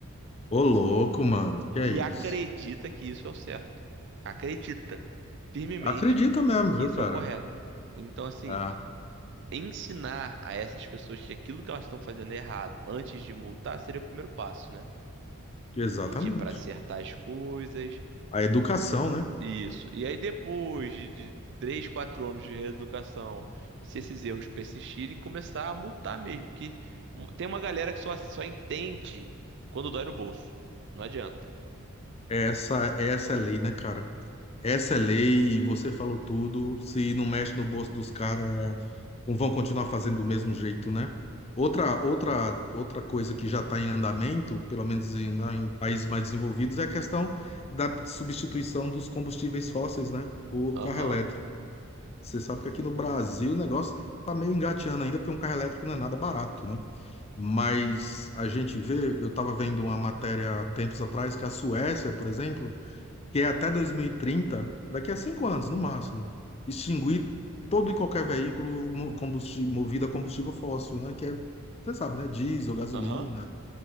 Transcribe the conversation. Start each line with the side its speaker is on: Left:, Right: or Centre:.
Left: Ô, louco, mano. Que é
Right: E
Left: isso?
Right: acredita que isso é o certo. Acredita firmemente
Left: Acredita mesmo, viu,
Right: que isso
Left: cara?
Right: é o correto. Então, assim,
Left: Ah,
Right: ensinar a essas pessoas que aquilo que elas estão fazendo é errado antes de multar seria o primeiro passo, né?
Left: exatamente.
Right: Pedir para acertar as coisas.
Left: A educação, né?
Right: Isso. E aí, depois de, de 3, 4 anos de reeducação, se esses erros persistirem, começar a multar mesmo. Que um- tem uma galera que só, só entende quando dói no bolso. Não adianta.
Left: Essa, essa é a lei, né, cara? Essa é lei e você falou tudo. Se não mexe no bolso dos caras, é, vão continuar fazendo do mesmo jeito, né? Outra, outra, outra coisa que já está em andamento, pelo menos em, né, em países mais desenvolvidos, é a questão da substituição dos combustíveis fósseis, né, por
Right: Aham,
Left: carro elétrico. Você sabe que aqui no Brasil o negócio está meio engateando ainda, porque um carro elétrico não é nada barato, né? Mas a gente vê, eu estava vendo uma matéria há tempos atrás que a Suécia, por exemplo, que é até 2030, daqui a cinco anos, no máximo, extinguir todo e qualquer veículo mo- combustível, movido a combustível fóssil, né? Que é, você sabe, né? Diesel, gasolina,
Right: aham.